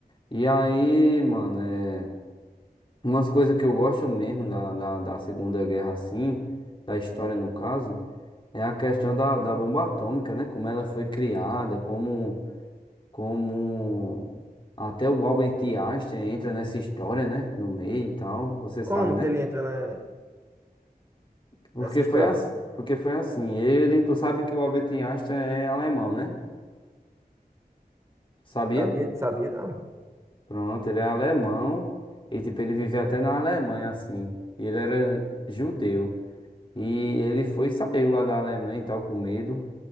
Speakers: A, on the left; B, on the right.
A: E aí, mano, é. Umas coisas que eu gosto mesmo da, da, da Segunda Guerra, assim, da história no caso, é a questão da, da bomba atômica, né? Como ela foi criada, como, como até o Albert Einstein entra nessa história, né? No meio e tal, você
B: Como
A: sabe, né?
B: que ele entra na-
A: Porque
B: nessa história?
A: foi, as, porque foi assim, ele, tu sabe que o Albert Einstein é alemão, né? Sabia?
B: Sabia, sabia, não.
A: Pronto, ele é alemão e, tipo, ele vivia até na Alemanha, assim, e ele era judeu. E ele foi e saiu lá da Alemanha e tal, com medo.